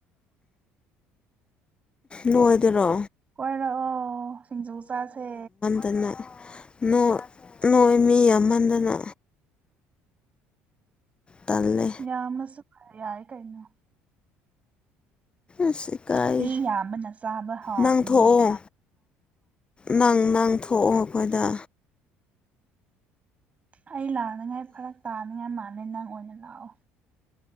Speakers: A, on the left; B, on the right.
A: ꯅꯣꯢꯗꯔꯣ
B: ꯀꯣꯏꯔꯛꯑꯣ ꯁꯤꯡꯖꯨ ꯆꯥꯁꯦ
A: ꯇꯅꯦ ꯅꯣ ꯅꯣꯢ ꯃꯤ ꯌꯥꯝꯃꯟꯗꯅ ꯇꯜꯂꯦ
B: ꯌꯥꯝꯅꯁꯨ ꯐ ꯌꯥꯢ ꯀꯩꯅꯣ
A: ꯑꯁ ꯏꯀꯥꯏꯌꯦ
B: ꯃꯤ ꯌꯥꯝꯕꯅ ꯆꯥꯕ ꯍꯥꯎꯕꯅꯤꯍꯦ
A: ꯅꯪ ꯊꯣꯛꯑꯣ ꯅꯪ ꯅꯪ ꯊꯣꯛꯑꯣ ꯑꯈꯣꯢꯗ
B: ꯑꯩ ꯂꯥꯛꯅꯉꯥꯢ ꯐꯔꯛ ꯇꯥꯅꯤꯡꯉꯥꯢ ꯃꯥꯜꯂꯦ ꯅꯪ ꯑꯣꯢꯅ ꯂꯥꯛꯑꯣ